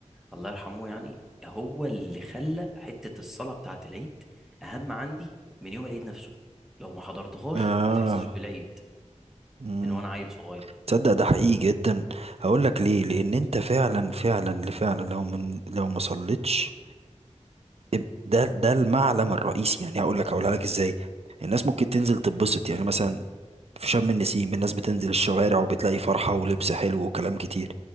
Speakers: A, in the centre; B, on the right.
A: الله يرحمه يعني هو اللي خلى حته الصلاه بتاعه العيد اهم عندي من يوم العيد نفسه لو ما حضرتهاش
B: اه
A: ما تحسش بالعيد
B: امم
A: من وانا عيل صغير
B: تصدق ده حقيقي جدا هقول لك ليه لان انت فعلا فعلا فعلا لو من لو ما صليتش اب- ده ده المعلم الرئيسي يعني هقول لك هقولها لك ازاي الناس ممكن تنزل تتبسط يعني مثلا في شم النسيم الناس بتنزل الشوارع وبتلاقي فرحة ولبس حلو وكلام كتير